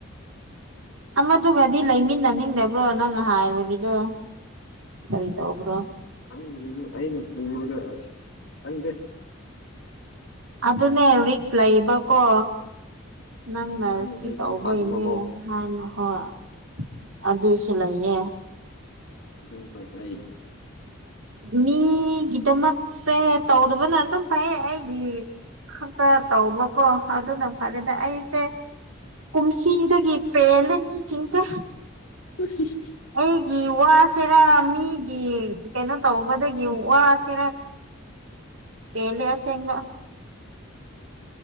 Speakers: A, on the right; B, on the left.
A: ꯑꯃꯗꯨꯒꯗꯤ ꯂꯩꯃꯤꯟꯅꯅꯤꯡꯗꯕ꯭ꯔꯣ ꯅꯪꯅ ꯍꯥꯏꯕ ꯃꯤꯗꯣ ꯀꯔꯤ ꯇꯧꯕ꯭ꯔꯣ
B: <unintelligible> ꯑꯩꯅ ꯄꯨꯔꯒ ꯑꯁ ꯈꯪꯗꯦ
A: ꯑꯗꯨꯅꯦ ꯔꯤꯛꯁ ꯂꯩꯕꯀꯣ ꯅꯪꯅ
B: ꯑꯗꯨꯅ
A: ꯁꯤ
B: ꯑꯩꯁꯨ
A: ꯇꯧꯕꯩꯅꯤ
B: ꯇꯟꯕꯀꯣ
A: ꯍꯥꯟꯅ ꯍꯣꯏ ꯑꯗꯨꯁꯨ ꯂꯩꯌꯦ
B: ꯑꯗꯨꯝꯕ ꯑꯩ
A: ꯃꯤꯒꯤꯗꯃꯛꯁꯦ ꯇꯧꯗꯕꯅ ꯑꯗꯨꯝ ꯐꯩꯌꯦ ꯑꯩꯒꯤ ꯈꯛꯇ ꯇꯧꯕꯀꯣ ꯑꯗꯨꯅ ꯐꯔꯦꯗ ꯑꯩꯁꯦ ꯀꯨꯝꯁꯤꯗꯒꯤ ꯄꯦꯜꯂꯦ ꯃꯤꯁꯤꯡꯁꯦ
B: <unintelligible>
A: ꯑꯩꯒꯤ ꯋꯥꯁꯤꯔꯥ ꯃꯤꯒꯤ ꯀꯩꯅꯣ ꯇꯧꯕꯗꯒꯤ ꯋꯥꯁꯤꯔ ꯄꯦꯜꯂꯦ ꯑꯁꯦꯡꯕ